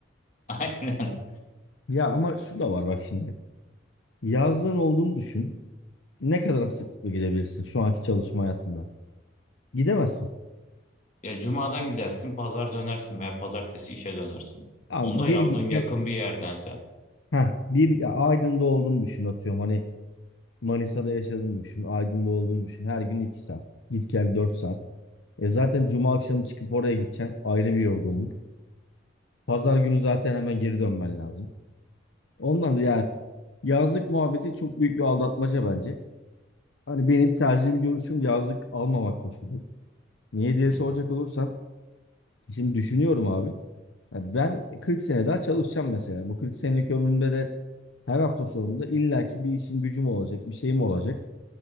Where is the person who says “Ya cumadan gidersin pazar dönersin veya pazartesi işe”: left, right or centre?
Left